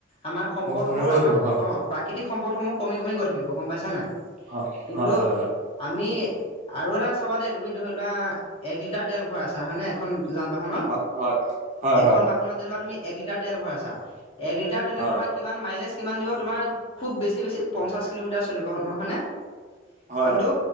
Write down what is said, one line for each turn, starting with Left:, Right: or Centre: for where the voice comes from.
Left: আমাৰ সম্পদবোৰ
Right: কমিব
Left: আমাৰ
Right: থাকিব হয়।
Left: অ', প্ৰাকৃতিক সম্পদসমূহ কমি-কমি গৈ থাকিব গম পাইছা নাই।
Right: হয়,
Left: কিন্তু
Right: হয়, হয়, হয়।
Left: আমি আৰু এটা চাবা দেই তুমি ধৰি লোৱা, এক লিটাৰ তেল ভৰাইছা হয়নে? এখন যান বাহনত,
Right: হয় হয় হয়
Left: এখন
Right: হয়
Left: বাহনত যেনিবা তুমি এক লিটাৰ তেল ভৰাইছা এক লিটাৰ তেলে
Right: হয়
Left: তোমাক কিমান মাইলেজ কিমান দিব তোমাৰ খুব বেছি-বেছি পঞ্চাছ কিলোমিটাৰ চলিব হয় নহয়নে?
Right: হয়
Left: কিন্তু
Right: হয়।